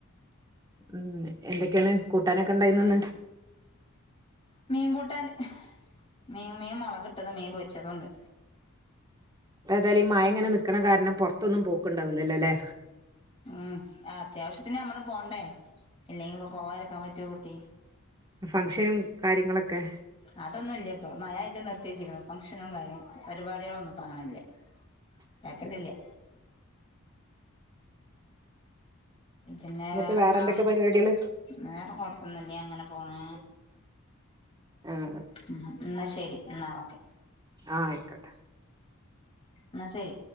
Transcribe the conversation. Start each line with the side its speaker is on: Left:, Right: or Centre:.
Right: മ്മ്ഹ്. എന്തക്കെണ് കൂട്ടാനൊക്കെണ്ടായ്ന്നത് ന്ന്?
Left: മീൻ കൂട്ടാൻ ഹ്. മീൻ മീൻ മൊളകിട്ടത് മീൻ പൊരിച്ചതൂണ്ട്.
Right: പ്പ ഏതായാലു ഈ മഴ ഇങ്ങനെ നിക്ക്ണ കാരണം പുറത്തൊന്നും പോക്ക്ണ്ടാവുലല്ലോല്ലേ.
Left: മ്ഹ്. ആഹ് അത്യാവശ്യത്തിന് നമ്മള് പോണ്ടേ എല്ലെങ്കി പ്പോ പോവാതിരിക്കാൻ പറ്റൊ കുട്ടി.
Right: ഫംഗ്ഷനും കാര്യങ്ങളൊക്കെ.
Left: അതൊന്നുല്ല്യ ഇപ്പം. മഴായിട്ട് നിർത്തി വെച്ചിക്ണ്. ഫംഗ്ഷനും കാര്യങ്ങളും പരിപാടിളൊന്നും. ഇപ്പ അങ്ങനല്ല്യ. കേക്കലില്ല്യ. പിന്നെ
Right: എന്നിട്ട്
Left: വേറെന്താ?
Right: വേറെ എന്തൊക്കെ പരിപാടികള്
Left: വേറെ കൊഴപ്പൊന്നുല്ല്യാ ഇങ്ങനെ പോണ്.
Right: ആഹ് അഹ്
Left: മ്മ് ഹ്. ഇന്നാ ശരി. ഇന്നാ ഓക്കെ.
Right: ആഹ് അയിക്കോട്ടെ.
Left: ന്നാ സെരി.